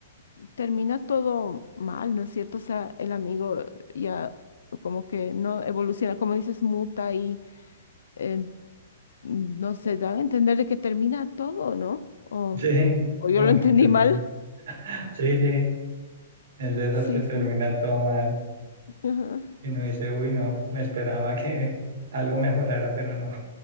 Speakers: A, on the left (about 85°); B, on the right (about 70°).
A: eh, termina todo mal, ¿no es cierto? O sea, el amigo eh, ya como que no evoluciona, como dices, muta y eh, no se da a entender de que termina todo, ¿no? O,
B: Sí,
A: o yo
B: como
A: lo entendí
B: que termina.
A: mal.
B: Sí, sí, es de esas
A: <laughs> Sí,
B: que termina
A: sí.
B: todo mal
A: Ajá.
B: y uno dice, uy, no, me esperaba que algo mejorara, pero no.